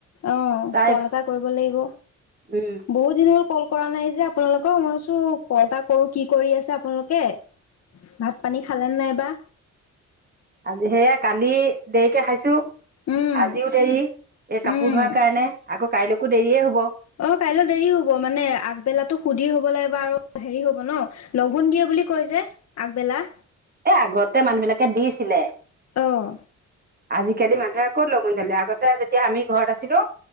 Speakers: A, on the left (about 55°); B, on the right (about 30°).
A: অ
B: তাই
A: কল এটা কৰিব লাগিব
B: উম
A: বহুত দিন হ'ল কল কৰা নাই যে আপোনালোক মইছো কল এটা কৰো কি কৰি আছে আপোনালোকে ভাত পানী খালেনে নাইবা
B: আজি সেয়া কালি দেৰিকে খাইছোঁ।
A: উম,
B: আজিও দেৰি এই কাপোৰ
A: উম।
B: ধোৱাৰ কাৰণে আকৌ কাইলৈকো দেৰিয়ে হ'ব।
A: অ কাইলৈ দেৰি হব মানে আগবেলাতো সুধি হবলে। হেৰি হব ন লঘোণ দিয়ে বুলি কৈ যে আগবেলা
B: এ আগতে মানুহ বিলাকে দিছিলে।
A: অঁ
B: আজিকালি মানুহে ক'ত লঘোণ দিলে আগতে যেতিয়া আমি ঘৰত আছিলোঁ।